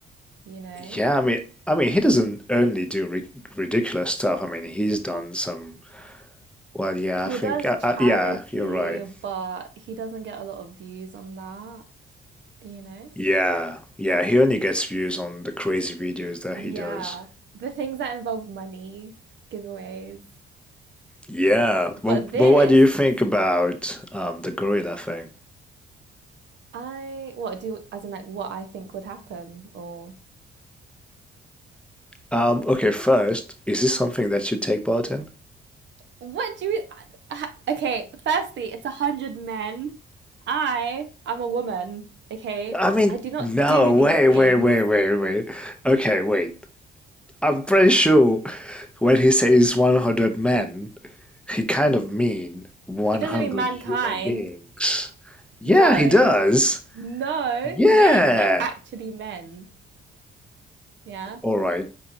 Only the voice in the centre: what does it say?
Yeah, I mean, I mean, he doesn't only do ri ridiculous stuff. I mean, he's done some. Well, yeah,
I think,
uh,
uh, yeah, you're right.
Yeah, yeah, he only gets views on the crazy videos that he
does.
Yeah,
well,
but what do you think about um, the gorilla thing?
Um, okay, first, is this something that you take part in?
I mean,
no,
wait,
wait, wait, wait, wait. Okay, wait. I'm pretty sure when he says 100 men, he kind of mean 100
human beings. Yeah,
he does.
Yeah.
All right.